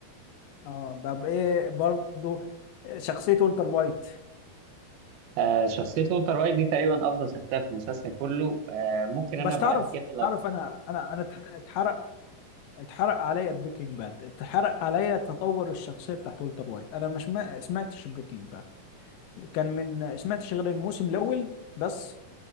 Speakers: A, on the left; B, on the right.
A: اه طب ايه برضه شخصيه والتر وايت
B: آه شخصية والتر وايت دي تقريبا أفضل شخصية في المسلسل كله آه ممكن
A: بس
B: أنا بعد
A: تعرف
B: كده لو
A: تعرف انا انا انا اتحرق اتحرق عليا بريكنج باد اتحرق عليا تطور الشخصيه بتاعت والتر وايت انا مش ما سمعتش بريكنج باد كان من سمعتش غير الموسم الاول بس